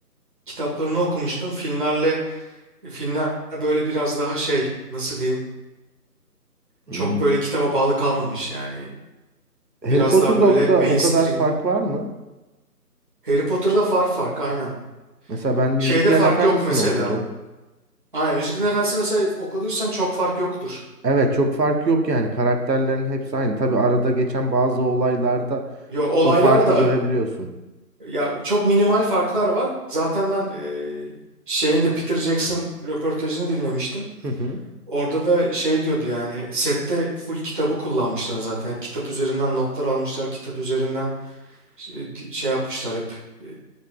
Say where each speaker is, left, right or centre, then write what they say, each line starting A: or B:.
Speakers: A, on the right (about 30°); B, on the right (about 85°).
A: kitaplarını okumuştum. Filmlerle filmler böyle biraz daha şey nasıl diyeyim
B: Hmm.
A: çok böyle kitaba bağlı kalmamış yani.
B: Harry
A: Biraz
B: Potter
A: daha böyle
B: Dog'da
A: mainstream.
B: o kadar fark var mı?
A: Harry Potter'da var fark aynen.
B: Mesela ben Yüzüklerin
A: Şeyde fark
B: Efendisi'ni
A: yok mesela.
B: okudum.
A: Aynen Yüzüklerin Efendisi mesela okuduysan çok fark yoktur.
B: Evet çok fark yok yani karakterlerin hepsi aynı. Tabii arada geçen bazı olaylarda
A: Yo olaylar
B: o farkı
A: da
B: görebiliyorsun.
A: Ya çok minimal farklar var. Zaten ben e, şeyinde Peter Jackson röportajını dinlemiştim.
B: Hı hı.
A: Orada da şey diyordu yani sette full kitabı kullanmışlar zaten. Hep kitap üzerinden notlar almışlar. Kitap üzerinden şey, di- şey yapmışlar hep. e,